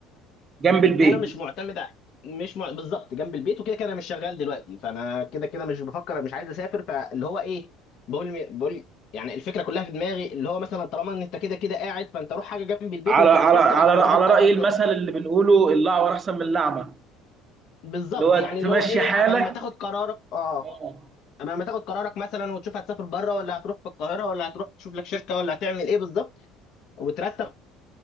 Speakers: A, on the right (about 20°); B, on the left (about 45°).
A: جنب البيت
B: انا مش معتمد ع- مش مع... بالظبط جنب البيت وكده كده انا مش شغال دلوقتي فانا كده كده مش بفكر مش عايز اسافر فاللي هو ايه بقول بقول يعني الفكره كلها في دماغي اللي هو مثلا طالما ان انت كده كده قاعد فانت روح حاجه جنب البيت
A: على
B: وانت
A: على
B: بتفكر
A: على
B: عبال ما تاخد
A: على
B: قرار
A: رأي المثل
B: ب-
A: اللي بنقوله الأعور أحسن من الأعمى
B: بالظبط
A: اللي هو
B: يعني اللي
A: تمشي
B: هو ايه
A: حالك
B: عبال ما تاخد قرارك اه
A: آه.
B: عبال ما تاخد قرارك مثلا وتشوف هتسافر بره ولا هتروح في القاهره ولا هتروح تشوف لك شركه ولا هتعمل ايه بالظبط وترتب